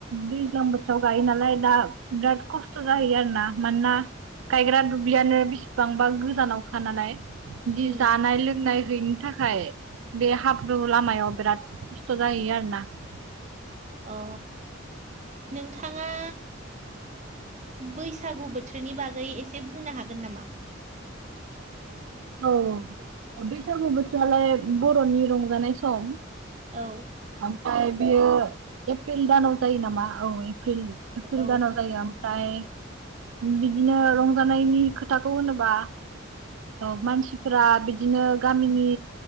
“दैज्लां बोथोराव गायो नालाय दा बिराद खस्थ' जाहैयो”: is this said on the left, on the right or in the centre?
Right